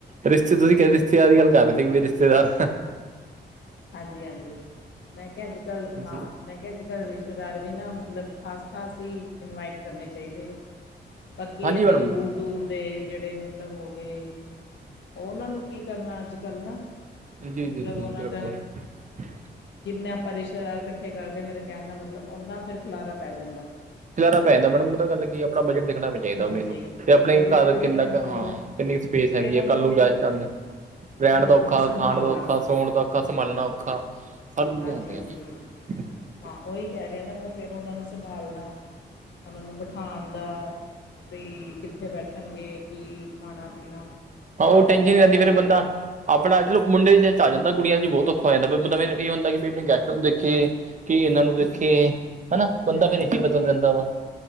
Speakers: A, on the right (about 40°); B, on the left (about 75°).
A: ਰਿਸ਼ਤੇ ਤੁਸੀਂ ਕਦੇ ਰਿਸ਼ਤੇਦਾਰ ਦੀ ਗੱਲ ਰਹੇ ਸੀ ਕਿ ਵੀ ਰਿਸ਼ਤੇਦਾਰ।
B: ਹਾਂਜੀ- ਹਾਂਜੀ। ਮੈਂ ਕਿਹਾ ਅੱਜ ਕੱਲ ਹਾਂ,
A: ਜੀ
B: ਮੈਂ ਕਿਹਾ ਅੱਜ ਕੱਲ ਰਿਸ਼ਤੇਦਾਰ ਵੀ ਨਾ ਮਤਲਬ ਖ਼ਾਸ- ਖ਼ਾਸ ਹੀ। ਇਨਵਾਈਟ ਕਰਨੇ ਚਾਹੀਦੇ, ਬਾਕੀ
A: ਹਾਂਜੀ
B: ਇੰਨੀ
A: ਮੈਡਮ
B: ਦੂਰ- ਦੂਰ ਦੇ ਜਿਹੜੇ ਮਤਲਬ ਹੋ ਗਏ ਉਹਨਾਂ ਨੂੰ ਕੀ ਕਰਨਾ ਅੱਜ ਕੱਲ ਨਾ,
A: ਜੀ
B: ਮਤਲਬ
A: ਜੀ ਜੀ
B: ਉਹਨਾਂ ਨੇ।
A: <inaudible>
B: ਜਿੰਨੇ ਆਪਾਂ ਰਿਸ਼ਤੇਦਾਰ ਇਕੱਠੇ ਕਰਦੇ, ਮੇਰਾ ਕਹਿਣ ਦਾ ਮਤਲਬ ਓਨਾ ਫੇਰ ਖਿਲਾਰਾ ਪੈ ਜਾਂਦਾ ਹੈ।
A: ਖਿਲਾਰਾ ਪੈਂ ਜਾਂਦਾ ਪਰ ਪਤਾ ਗੱਲ ਕੀ ਆਂ, ਆਪਣਾ ਬਜਟ ਦੇਖਣਾ। ਚਾਹੀਦਾ
B: ਹਾਂਜੀ
A: ਮੈਨੂੰ, ਤੇ ਆਪਣੇ
B: ਬਜਟ
A: ਘਰ
B: ਵੀ ਦੇਖਣਾ
A: ਕਿੰਨਾ ਕੁ
B: ਚਾਹੀਦਾ
A: ਹਾਂ ਕਿੰਨੀ ਸਪੇਸ ਹੈਗੀ
B: ਫਿਰ ਉਹਨਾਂ
A: ਆ। ਕੱਲ ਨੂੰ ਗੈਸਟ ਆਉਂਦੇ। ਰਹਿਣ
B: ਹਾਂਜੀ
A: ਦਾ ਔਖਾ,
B: ਸੰਭਾਲਣਾ
A: ਖਾਣ ਦਾ ਔਖਾ, ਸੌਣ ਦਾ ਔਖਾ, ਸੰਭਾਲਣਾ ਔਖਾ ਸਭ ਚੀਜ਼ਾਂ
B: ਹਾਂਜੀ
A: ਹੁੰਦੀਆਂ
B: ਹਾਂਜੀ
A: ਨੇ। ਹੂੰ। <inaudible>
B: ਹਾਂ ਉਹੀ ਕਹਿ ਰਹੀ ਹਾਂ ਨਾ। ਮੈਂ ਫੇਰ ਉਹਨਾਂ ਨੂੰ ਸੰਭਾਲਣਾ, ਉਹਨਾਂ ਨੂੰ ਬਿਠਾਉਣ ਦਾ। ਬਈ ਕਿੱਥੇ ਬੈਠਣਗੇ, ਕੀ ਖਾਣਾ ਪੀਣਾ
A: ਹਾਂ
B: ਕਾਫੀ
A: ਉਹ ਟੈਂਸ਼ਨ
B: ਜ਼ਿਆਦਾ
A: ਹੀ ਰਹਿੰਦੀ,
B: ਫੈਲ
A: ਫੇਰ
B: ਜਾਂਦਾ
A: ਬੰਦਾ ਆਪਣਾ ਚਲੋ ਮੁੰਡੇ ਦਾ ਚੱਲ ਜਾਂਦਾ। ਕੁੜੀਆਂ ਚ ਬਹੁਤ ਔਖਾ ਹੋ ਜਾਂਦਾ। ਮਤਲਬ ਫੇਰ ਇਹ ਹੁੰਦਾ ਕਿ ਵੀ ਆਪਣੇ ਗੈਸਟ ਨੂੰ ਵਿਚੇ। ਕਿ ਇਹਨਾਂ ਨੂੰ ਦੇਖਿਐ
B: ਹਾਂਜੀ
A: ਹਨਾ, ਬੰਦਾ
B: ਇਹਨਾਂ
A: ਫੇਰ ਇੱਥੇ
B: ਨੂੰ ਦੇਖੇ
A: ਬਦਲ ਰਹਦਾ ਵਾ।